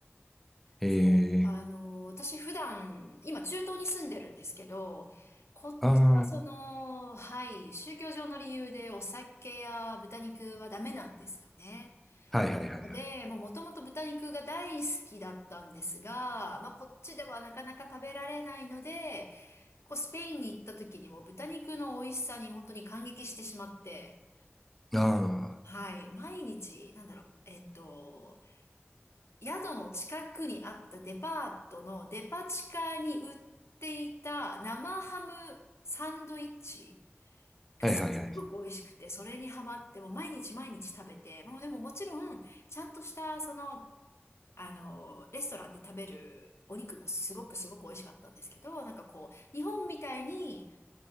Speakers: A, in the centre; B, on the left.
A: ええ、
B: そう、あの、私普段、今中東に住んでるんですけど、こっちはその、
A: ああ、
B: はい、宗教上の理由でお酒や豚肉はダメなんですよね。
A: はいはいはいはい。
B: ので、もうもともと豚肉が大好きだったんですが、まあこっちではなかなか食べられないので、こうスペインに行った時にも豚肉の美味しさに本当に感激してしまって、
A: あ
B: はい、毎日、なんだろう、えっと、宿の近くにあったデパートのデパ地下に売っていた生ハムサンドイッチがすっごく美味しくて、
A: あ、はいはいはい。
B: それにハマって、もう毎日毎日食べて、まあでももちろん、ちゃんとした、その、あの、レストランで食べるお肉もすごくすごく美味しかったんですけど、なんかこう、日本みたいに